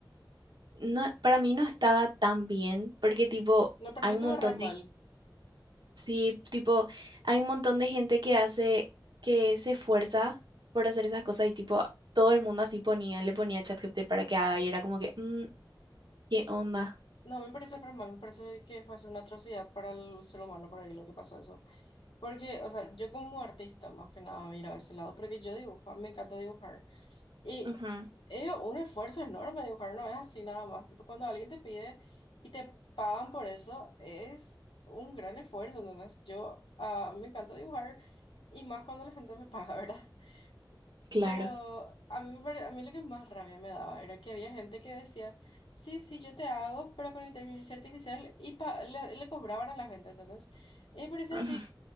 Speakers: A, on the right (about 60°); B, on the left (about 85°).
A: no, para mí no estaba tan bien, porque tipo,
B: No, pero
A: hay
B: a mí
A: un
B: estuvo
A: montón
B: re
A: de,
B: mal.
A: sí, tipo, hay un montón de gente que hace, que se esfuerza por hacer esas cosas y tipo, todo el mundo así ponía, le ponía ChatGPT para que haga y era como que, "Mm, ¿qué onda?
B: No, me parece re mal, me parece que fue una atrocidad para el ser humano, por ahí lo que pasó eso. Porque, o sea, yo como artista, más que nada, miro ese lado, porque yo dibujo, me encanta dibujar. Y
A: Ujú,
B: es un esfuerzo enorme dibujar, no es así nada más. Tipo, cuando alguien te pide y te pagan por eso, es un gran esfuerzo, ¿entendés? Yo, ah, me encanta dibujar y más cuando la gente me <laughs> paga, ¿verdad?
A: claro,
B: Pero a mí, me pare- a mí lo que más rabia me daba era que había gente que decía, sí, sí, yo te hago, pero con inteligencia artificial y pa- le, le cobraban a la gente, ¿entendés? Y me parecía
A: <laughs> ujú,
B: así